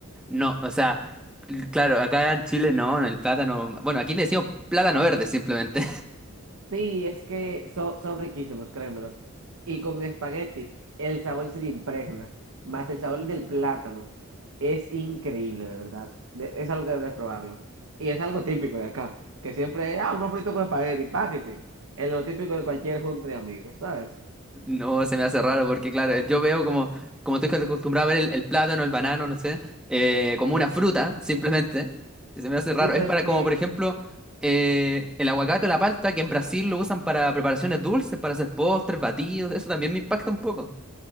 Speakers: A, in the centre; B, on the right.
A: No, o sea, l- claro, acá en Chile no, no, el plátano... Bueno, aquí le decimos plátano verde simplemente.
B: Sí, es que son, son riquísimos, créemelo. Y con espagueti, el sabor se le impregna, más el sabor del plátano. Es increíble, de verdad. De- es algo que debes probarlo. Y es algo típico de acá, que siempre, ah, unos fritos con espagueti, paquete. Es lo típico de cualquier junta de amigos, ¿sabes?
A: No, se me hace raro porque, claro, eh, yo veo como, como estoy acostumbrado a ver el, el plátano, el banano, no sé, eh, como una fruta, simplemente. Y Se me hace raro.
B: Sí, pero
A: Es para
B: es que
A: como, por ejemplo, eh, el aguacate o la palta, que en Brasil lo usan para preparaciones dulces, para hacer postres, batidos. Eso también me impacta un poco.